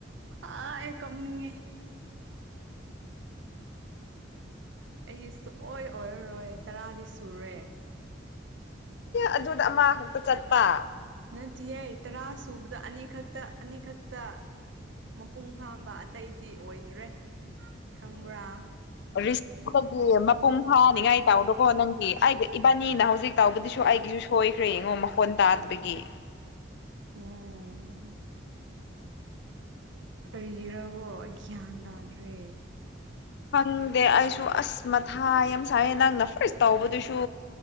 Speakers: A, on the right; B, on the left.
A: ꯑꯥ ꯑꯦ ꯀꯝꯅꯤꯌꯦ ꯑꯩꯒꯤꯇ ꯑꯣꯏ ꯑꯣꯏꯔꯔꯣꯏ ꯇꯔꯥꯗꯤ ꯁꯨꯔꯦ
B: ꯑꯗꯨꯗ ꯑꯃ ꯈꯛꯇ ꯆꯠꯄ
A: ꯅꯠꯇꯌꯦꯦ ꯇꯔꯥ ꯁꯨꯕꯗ ꯑꯅꯤꯈꯛꯇ ꯑꯅꯤꯈꯛꯇ ꯃꯄꯨꯡ ꯐꯥꯕ ꯑꯇꯩꯗꯤ ꯑꯣꯏꯗ꯭ꯔꯦ ꯈꯪꯕ꯭ꯔꯥ
B: ꯔꯤ ꯄꯨꯡ ꯐꯥꯅꯤꯡꯉꯥꯏ ꯇꯥꯎꯕꯀꯣ ꯅꯪꯒꯤ ꯑꯩꯒꯤ ꯏꯕꯥꯅꯤꯅ ꯍꯧꯖꯤꯛ ꯇꯥꯎꯕꯗꯨꯁꯨ ꯑꯩꯒꯤꯁꯨ ꯁꯣꯏꯈ꯭ꯔꯦ ꯌꯦꯡꯉꯣ ꯃꯈꯣꯟ ꯇ ꯇꯥꯠꯕꯤꯒꯤ
A: ꯎꯝ ꯄꯔꯤꯒꯤꯔꯒꯣ ꯭ꯌꯥꯟꯗꯗ꯭ꯔꯦ
B: ꯐꯪꯗꯦ ꯑꯩꯁꯨ ꯑꯁ ꯃꯊꯥꯏ ꯌꯥꯝ ꯁꯥꯏꯌꯦ ꯅꯪꯅ ꯐꯔꯁ ꯇꯥꯎꯧꯕꯗꯨꯁꯨ